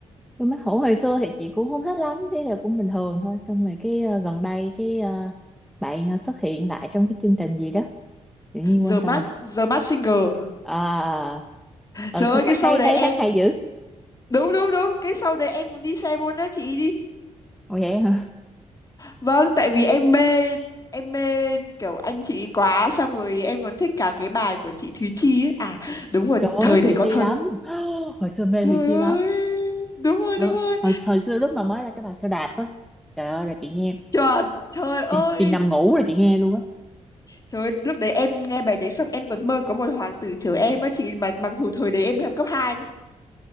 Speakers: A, in the centre; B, on the left (about 30°).
A: Lương Bích Thủ hồi xưa thì chị cũng không thích lắm thế là cũng bình thường thôi xong rồi cái ờ, gần đây cái ờ, bạn ờ, xuất hiện lại trong cái chương trình gì đó tự nhiên
B: The
A: quên
B: Mask
A: tên này
B: The Mask Singer
A: à ở
B: trời
A: xong
B: ơi cái
A: rồi
B: show
A: thấy
B: đấy
A: thấy
B: em
A: hát hay dữ
B: đúng đúng đúng cái show đấy em muốn đi xem luôn đó chị đi
A: ồ vậy hả
B: Vâng, tại vì em mê em mê kiểu anh chị ấy quá xong rồi em còn thích cả cái bài của chị Thúy Chi ấy. À
A: <laughs>
B: đúng rồi,
A: trời ơi
B: thời
A: thích
B: đấy
A: Thùy
B: có
A: Chi
B: thời
A: lắm <gasps> hồi xưa mê
B: trời
A: Thùy Chi
B: ơi.
A: lắm
B: Đúng rồi,
A: trời
B: đúng
A: ơi,
B: rồi.
A: hồi, hồi xưa lúc mà mới ra cái bài Sao Đạp á trời ơi là chị nghe
B: Chuẩn, trời ơi.
A: chị, chị nằm ngủ rồi chị nghe luôn á
B: Trời ơi, lúc đấy em nghe bài đấy xong em còn mơ có một hoàng tử chờ em á chị mà mặc dù thời đấy em mới học cấp 2 thôi.